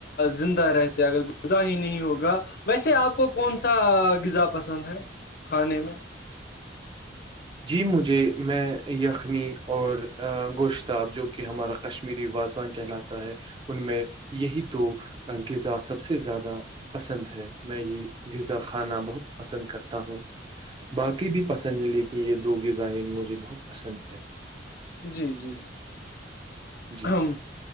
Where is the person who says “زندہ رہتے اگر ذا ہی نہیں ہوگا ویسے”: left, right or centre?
Left